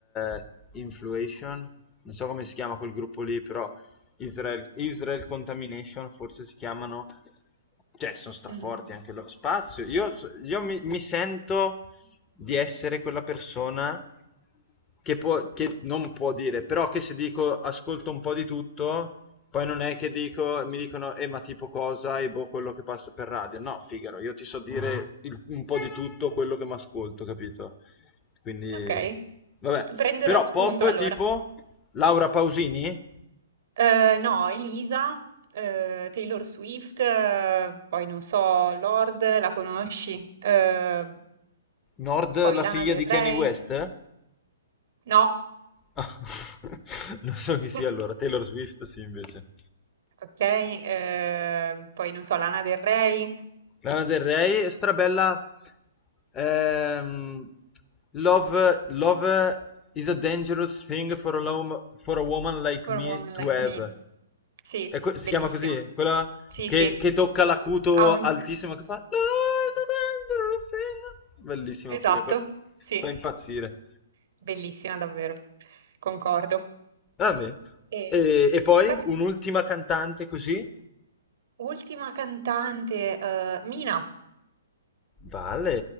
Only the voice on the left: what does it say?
eh, Influation, non so come si chiama quel gruppo lì, però Israel, Israel Contamination forse si chiamano, cioè, sono straforti
anche lo spazio, io, io mi mi sento di essere quella persona che, può, che non può dire, però che se dico ascolto un po' di tutto, poi non è che dico, mi dicono, eh ma tipo cosa e boh quello che passa per radio. No, Figaro, io ti so dire il- un po' di tutto quello che mi ascolto, capito? Quindi,
vabbè.
Però
pop
tipo Laura Pausini,
Nord
la
figlia
di
Kanye West?
<laughs> Non so
chi sia allora, Taylor Swift sì invece.
Lana Del Rey, strabella. ehm, love, love is a dangerous thing for a, lo- for a woman like
me
to
have.
E que-
si chiama così? Quella
che,
che tocca l'acuto
altissimo che fa. Love is a dangerous thing. Bellissima
figa, quella-
fa impazzire.
Vabbè.
E, e poi
un'ultima cantante così.
Vale.